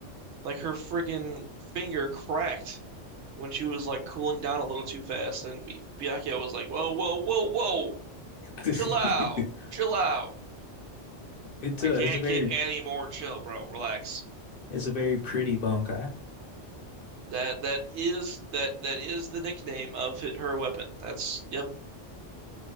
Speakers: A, on the right; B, on the left.
A: Like her friggin' finger cracked when she was like cooling down a little too fast, and B Byakuya was like, "Whoa, whoa, whoa, whoa,
B: <laughs>
A: chill out, chill out.
B: It's
A: I
B: a
A: can't
B: it's a very
A: get any more chill, bro. Relax."
B: it's a very pretty bonkai.
A: That that is that that is the nickname of her weapon. That's yep.